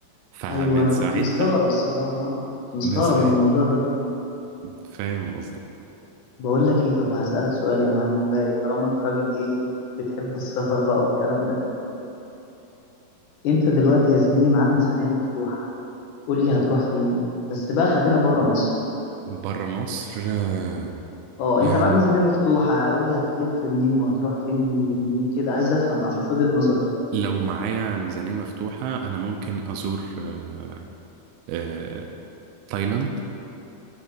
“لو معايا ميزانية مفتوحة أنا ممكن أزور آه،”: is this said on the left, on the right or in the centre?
Right